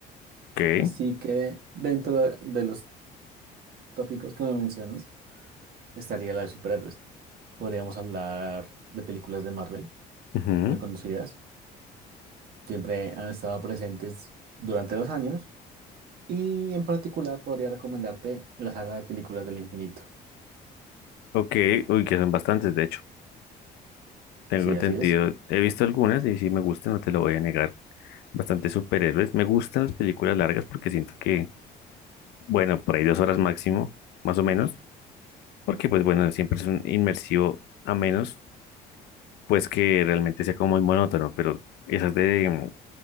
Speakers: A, on the left (about 80°); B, on the right (about 65°).
A: Ok.
B: Así que dentro de de los tópicos que me mencionas, estaría la de superhéroes. Podríamos hablar de películas de Marvel,
A: Ujú.
B: muy conocidas. Siempre han estado presentes durante los años. Y en particular podría recomendarte la saga de películas del infinito.
A: Ok. Uy, que son bastantes, de hecho. Tengo
B: Sí,
A: entendido,
B: así es.
A: he visto algunas y sí me gustan, no te lo voy a negar. Bastante superhéroes. Me gustan las películas largas porque siento que, bueno, por ahí dos horas máximo, más o menos, porque pues bueno, siempre es un inmersivo a menos, pues que realmente sea como muy monótono, pero esas de,